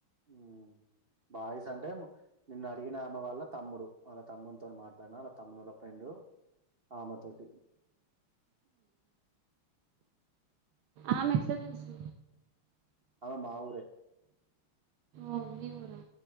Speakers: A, on the right (about 55°); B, on the right (about 80°).
A: ఉ బాయిస్ అంటే నిన్ను అడిగిన ఆమె వల్ల తమ్ముడు వాళ తమ్ముతో మాట్లాడిన వాళ తమ్ముడుళ ఫ్రెండు ఆమెతోటి
B: ఆమె ఎట్ల తెల్సు
A: అమె మా ఊరే
B: ఓ మీవురా